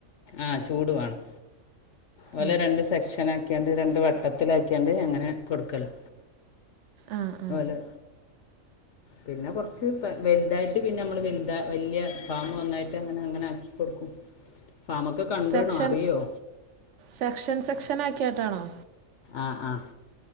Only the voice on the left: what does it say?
ആഹ ചൂട് വാണം ഓലെ
രണ്ട് സെക്ഷൻ ആക്കിയാണ്ട് രണ്ട് വട്ടത്തിലാക്കിയാണ്ട് അങ്ങനെ കൊടുക്കലാ
ഓലെ പിന്നെ കൊറച്ച് വലുതായിട്ട് പിന്നെ നമ്മള്‌വലു വലിയ ഫാമ് ഒന്നായിട്ട് അങ്ങനെ അങ്ങനെ ആക്കി കൊടുക്കും. ഫാമൊക്കെകണ്ട്ണോ
അറിയോ?
ആഹ് ആഹ്